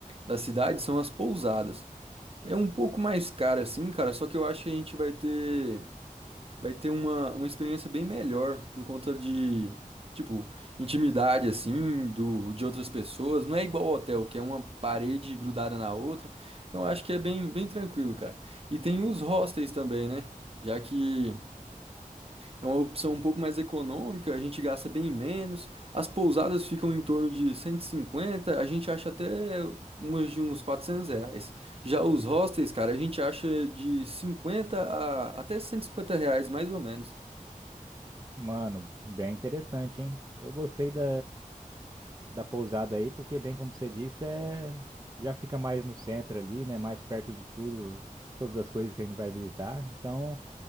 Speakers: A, on the right (about 40°); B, on the right (about 25°).
A: da cidade, são as pousadas. É um pouco mais caro assim, cara, só que eu acho que a gente vai ter vai ter uma, uma experiência bem melhor por conta de, tipo, intimidade assim, do de outras pessoas. Não é igual ao hotel, que é uma parede grudada na outra. Então eu acho que é bem bem tranquilo, cara. E tem os hostels também, né? Já que é uma opção um pouco mais econômica, a gente gasta bem menos. As pousadas ficam em torno de cento e cinquenta a gente acha até umas de uns 400 reais. Já os hostels, cara, a gente acha de 50 a até 150 reais, mais ou menos.
B: Mano, bem interessante, hein? Eu gostei da, da pousada aí, porque, bem como você disse, é... já fica mais no centro ali, né? Mais perto de tudo, todas as coisas que a gente vai visitar. Então,